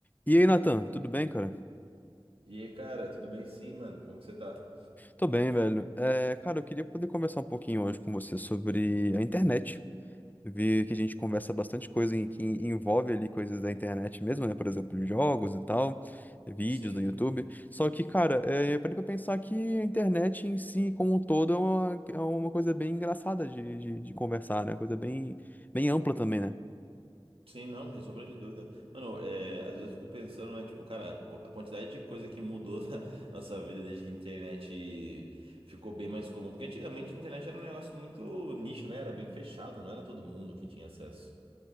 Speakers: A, on the left (about 20°); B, on the right (about 80°).
A: E aí, Nathan, tudo bem, cara?
B: E aí, cara, tudo bem sim, mano? Como que você tá?
A: Tô bem, velho. É, cara, eu queria poder conversar um pouquinho hoje com você sobre a internet. Vi que a gente conversa bastante coisa em, que envolve ali coisas da internet mesmo, né? Por exemplo, jogos e tal, vídeos
B: Sim,
A: no YouTube. Só que, cara, é, eu parei pra pensar que a internet em si, como um todo, é uma, é uma coisa bem engraçada de, de, de conversar, né? Coisa bem, bem ampla também, né?
B: sim, não, sem sombra de dúvida. Mano, é, às vezes eu fico pensando, né, tipo, cara, co- a quantidade de coisa que mudou <laughs> na nossa vida desde que a internet ficou bem mais comum. Porque antigamente a internet era um negócio muito nicho, né? Era bem fechado, não era todo mundo que tinha acesso.